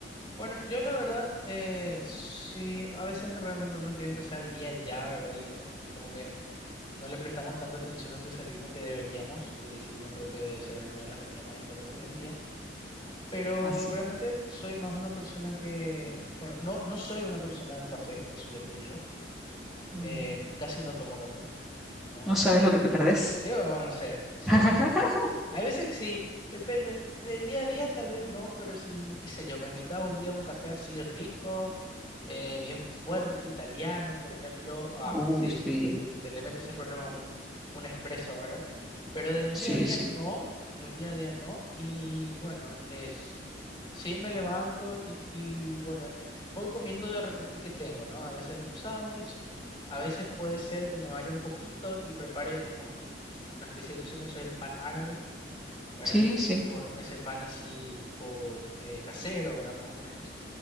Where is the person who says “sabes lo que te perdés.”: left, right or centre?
Centre